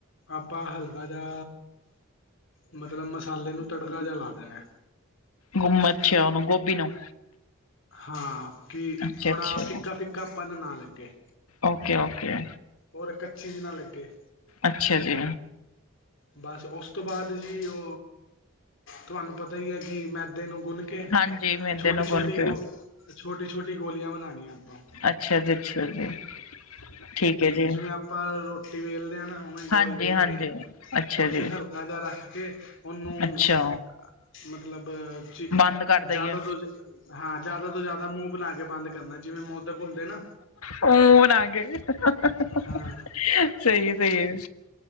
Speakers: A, on the left (about 60°); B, on the left (about 85°).
A: ਆਪਾਂ ਹਲਕਾ ਜਾ ਮਤਲਬ ਮਸਾਲੇ ਨੂੰ ਤੜਕਾ ਜਿਆ ਲਾ ਦੇਣਾ।
B: ਗੁੰਮਛ ਓਹਨੂੰ ਗੋਭੀ ਨੂੰ।
A: ਹਾਂ ਕਿ
B: ਅੱਛਾ
A: ਥੋੜਾ
B: ਅੱਛਾ
A: ਫਿੱਕਾ ਫਿੱਕਾਪਨ ਨਾ ਲੱਗੇ।
B: Okay okay.
A: ਹੋਰ ਕੱਚੀ ਜੀ ਨਾ ਲੱਗੇ।
B: ਅੱਛਾ ਜੀ।
A: ਬਸ ਓਸ ਤੋਂ ਬਾਅਦ ਜੀ ਓ ਤੁਹਾਨੂੰ ਪਤਾ ਹੀ ਏ ਕਿ ਮੈਦੇ ਨੂੰ ਗੁੱਨ ਕੇ
B: ਹਾਂਜੀ ਮੈਦੇ
A: ਛੋਟੀ
B: ਨੂੰ ਗੁੰਨ
A: ਛੋਟੀ
B: ਕੇ
A: ਗੋ ਛੋਟੀ ਛੋਟੀ ਗੋਲੀਆਂ ਬਨਾਨੀਆਂ ਆਪਾਂ।
B: ਅੱਛਾ ਜੀ ਅੱਛਾ ਜੀ ਠੀਕ ਹੈ ਜੀ।
A: ਜਿਵੇ ਆਪਾਂ ਰੋਟੀ ਵੇਲਦੇ ਆ ਨਾ। ੳਵੇਂ ਗੋਲ
B: ਹਾਂਜੀ
A: ਵੇਲ
B: ਹਾਂਜੀ
A: ਕੇ
B: ਅੱਛਾ
A: ੳਚ
B: ਜੀ
A: ਹਲਕਾ ਜਿਹਾ ਰੱਖ ਕੇ ਉਹਨੂੰ
B: ਅੱਛਾ
A: ਮਤਲਬ ਜੀ
B: ਬੰਦ ਕਰ ਦਈਏ
A: ਜ਼ਿਆਦਾ ਤੋਂ, ਹਾਂ ਜ਼ਿਆਦਾ ਤੋਂ ਜ਼ਿਆਦਾ ਮੂੰਹ ਬਨਾ ਕੇ ਬੰਦ ਕਰਨਾ ਜਿਵੇਂ ਮੋਦਕ ਹੁੰਦੇ ਨਾ।
B: ਉਹ ਬਨਾ ਗੇ ਸਹੀ
A: ਹਾਂ
B: ਏ ਸਹੀ ਏ,